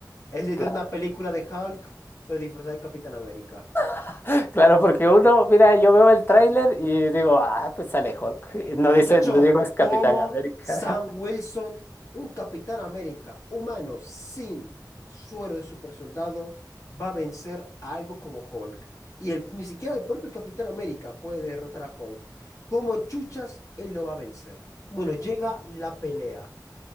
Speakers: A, on the left (about 50°); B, on the left (about 30°).
A: Es literalmente
B: claro,
A: una película de Hulk, pero disfrazada de Capitán América.
B: <gasps> <laughs> claro, porque uno, mira, yo veo el tráiler y digo, ah, pues sale Hulk, y no
A: Muchacho,
B: dice, no digo es Capitán
A: ¿cómo
B: América.
A: Sam
B: <laughs>
A: Wilson, un Capitán América humano sin suero de supersoldado, va a vencer a algo como Hulk? Y el, ni siquiera el propio Capitán América puede derrotar a Hulk. ¿Cómo chuchas él lo va a vencer? Bueno, llega la pelea.